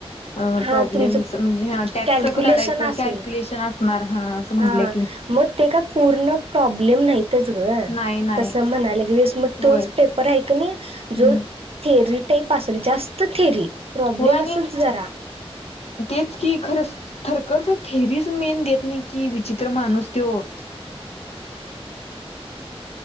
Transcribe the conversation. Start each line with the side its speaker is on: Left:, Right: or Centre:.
Left: अ
Right: हा
Left: प्रॉब्लेमस
Right: तुमचं
Left: म्हणजे हा टॅक्सेच
Right: कॅल्क्युलेशन
Left: काढायचं
Right: असेल.
Left: क्युलेशन असणार ह अस म्हणल्या
Right: हा
Left: की
Right: मग ते का पूर्ण प्रॉब्लेम नाही तच ग
Left: नाही नाही
Right: तस म्हणाला गेलीस मग
Left: होय
Right: तोच पेपर हाय की नाही
Left: हम्म
Right: जो थिरी स्टेप असल जास्त थेरी प्रॉब्लेम
Left: होय आणि
Right: असल जरा.
Left: तेच की खरं खरखर थेरीच मेन देत नाही की विचित्र माणूस त्यो.
Right: <inaudible>